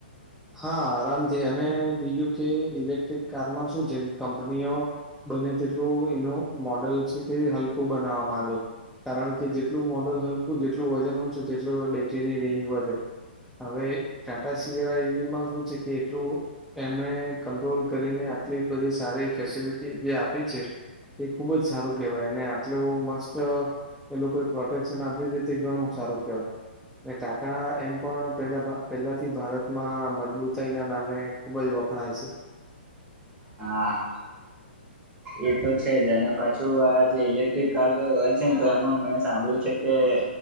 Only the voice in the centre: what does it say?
હા આરામથી અને બીજું કે ઇલેક્ટ્રિક કારમાં શું છે કંપનીઓ બને તેટલો એનો મોડલ છે તે હલકું બનાવવા માંગે. કારણ કે જેટલું મોડલ હલકું જેટલું વજન ઊંછુ તેટલી બેટરીની રેન્જ વધે હવે ટાટા સિએરા ઈવીમાં શું છે કે એટલું એમણે કંટ્રોલ કરીને આટલી બધી સારી ફેસિલિટી જે આપી છે. એ ખુબ જ સારું કેહેવાય ને આટલુ મસ્ત એ લોકો એ પ્રોટેક્શન આપી છે તે ઘણું સારું કેહેવાય. એ ટાટા એમ પણ પેલા પેલા પહેલાથી ભારતમાં મજબૂતાઈના નામે ખુબ જ વખણાય છે.